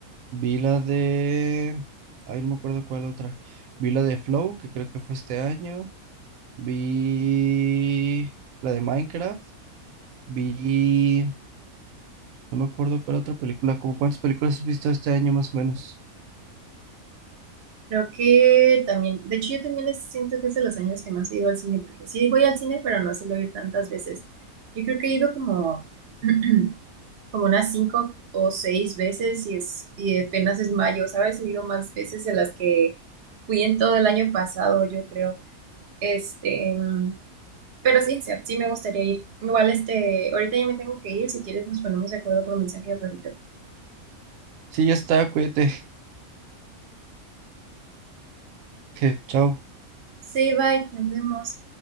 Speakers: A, on the right; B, on the right.
A: Vi la de... Ay, no me acuerdo cuál otra. Vi la de Flow, que creo que fue este año. Vi la de Minecraft. Vi... No me acuerdo cuál otra película. ¿Cómo cuántas películas has visto este año más o menos?
B: Creo que también, de hecho yo también es- siento que es de los años que más he ido al cine, porque sí voy al cine, pero no suelo ir tantas veces. Yo creo que he ido como, <clears throat> como unas cinco o seis veces y es, y apenas es mayo, ¿sabes? He ido más veces de las que fui en todo el año pasado, yo creo. Este, mm, Pero sí, Seb, sí me gustaría ir. Igual, este, ahorita ya me tengo que ir. Si quieres, nos ponemos de acuerdo por mensaje al ratito.
A: Sí, ya está, cuídate. <laughs> Chao.
B: Sí, bye, nos vemos.